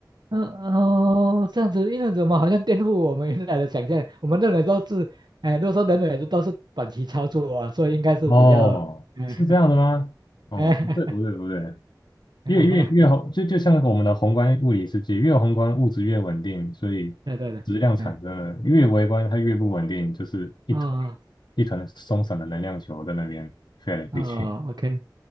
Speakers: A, on the right (about 65°); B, on the left (about 70°).
A: 嗯哦，这样子，因为怎么好像颠覆我们原来的想象？我们认为都是，哎，如果说人类都是短期操作啊，所以应该是比较，
B: 哦，
A: 嗯，
B: 是这样的吗？哦，
A: <laughs>
B: 不对不对不对，
A: 哎，
B: 越越越宏，就就像我们的宏观物理世界，越宏观物质越稳定，所以
A: 对对对，
B: 质量产生了。
A: 嗯，
B: 越微观它越不稳定，就是一团
A: 哦
B: 一团松散的能量球在那边飞来飞去。
A: 哦，OK，